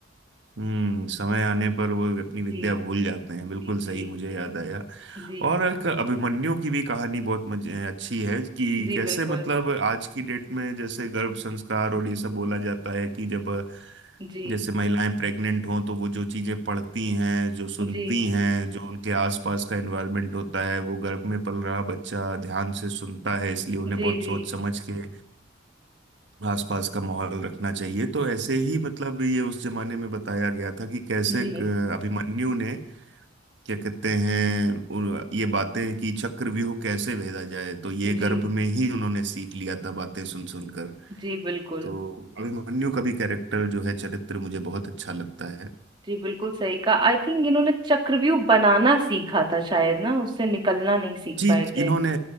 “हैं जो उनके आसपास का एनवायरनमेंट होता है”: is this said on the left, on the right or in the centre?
Right